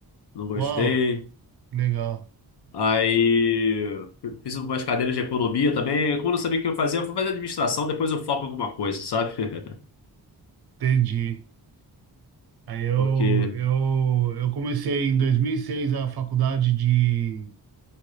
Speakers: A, on the left (about 80°); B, on the right (about 70°).
A: não gostei.
B: Uau, legal,
A: Aí fiz umas cadeiras de economia também. Como eu não sabia o que eu fazia, eu fui fazer administração, depois eu foco em alguma coisa, sabe? <laughs>
B: entendi. Aí eu,
A: Porque,
B: eu, eu comecei em 2006 a faculdade de,